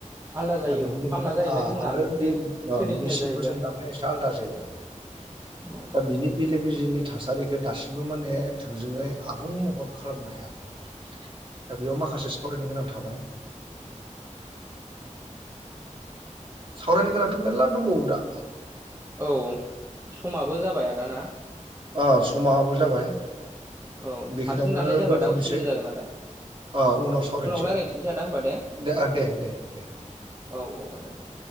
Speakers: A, on the right; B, on the right.
A: आलदा जायो
B: दा बिनि
A: औ
B: गेजेरावनो
A: खामना जाहैबाय जोंना
B: आ
A: मोनसे
B: बे ओ
A: ट्रेडिसनेल
B: मि सिनफोरजों
A: जाहैबाय
B: से आलादा जायो।
A: अ।
B: दा बिनि बेले बेजेनि थासारिखौ दासिमबो माने थोंजोङै आबुं महर खालामनो हायाखै।
A: <inaudible>
B: दा बेयाव माखासे सावरायनो गोनां थाबाय। सावरायनो गोनांथ' मेरला दंबावो दा।
A: औ समाबो जाबाय आदाना।
B: ओ समाबो जाबाय
A: औ
B: बेखिनियावनो
A: हारसिं दाननाय जाबा
B: दोनथ'नोसै।
A: दा उसुबिदा जागोन आदा
B: अ उनाव सावरायसै
A: रायज्लायफिनसै आदा होनबा
B: दे दे दे दे।
A: औ औ आदा दे।